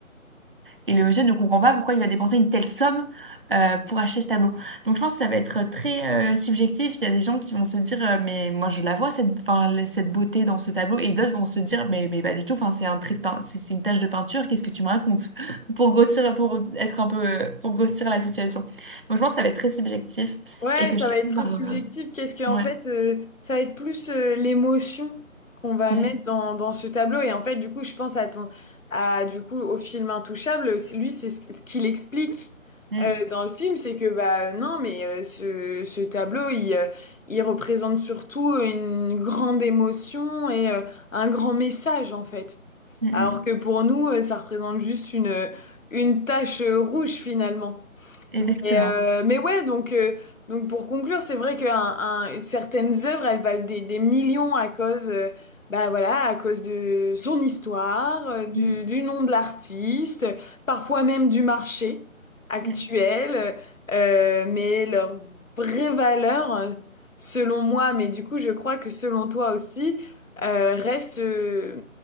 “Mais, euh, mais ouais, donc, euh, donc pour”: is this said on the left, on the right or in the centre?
Left